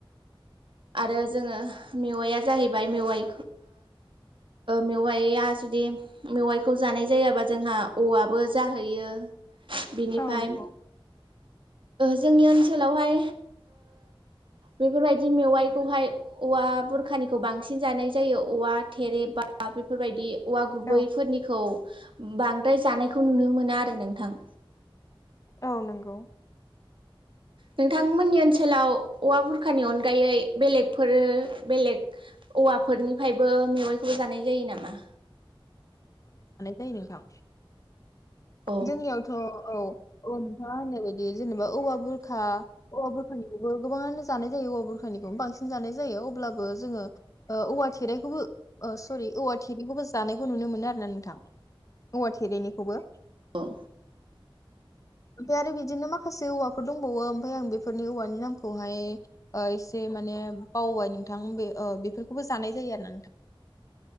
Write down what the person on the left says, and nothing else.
औ नंगौ
औ
औ नंगौ
यै नोंथां
जोंनियावथ' औ औ नोंथांङा होनो बे जेनेबा औ बुर औवाुरानिखौबो गोबांङानो जानाय जायो औवा बुरखानिखौ बांसिन जानाय जायो अबो जो औवाेरायखौबो स औवा थेरैखौबो जानाय बेखौ नुनो मोनो आरोना नोंथां औवा थेरेनिखौबो
ओमफफ्राय आरो बिदिनो माखासे औवाफोर दंबावो ओमाय आं बेफोरनि औवानि नामखौहाय एसे माने बावबाय नोंथां बेफोरखौबो जानाय जायो आरो ना नोंथां